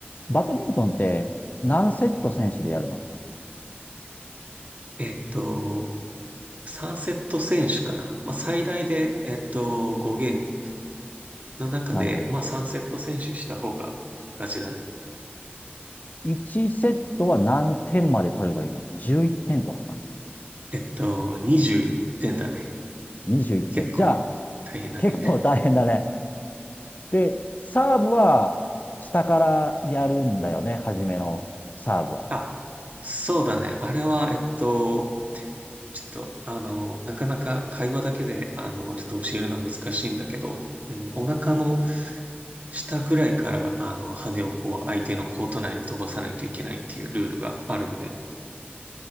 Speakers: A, on the left; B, on the right.
A: バドミントンって何セット選手でやるの
B: えっと、3セット選手かな。まあ最大で、えっと、5ゲームの中で、
A: なるほど。
B: まあ3セット選手した方が勝ちだね。
A: 1セットは何点まで取ればいいの ?11 点とかかな
B: えっと、21点だね。
A: ?21
B: 結構大変だね。
A: 点。じゃあ結構大変だね。で、サーブは下からやるんだよね、初めのサーブは。
B: あ、そうだね。あれは、えっと、ちょっと、あの、なかなか会話だけで、あの、ちょっと教えるのは難しいんだけど、うん、お腹の下ぐらいから、あの、羽をこう、相手のコート内に飛ばさないといけないっていうルールがあるんだよね。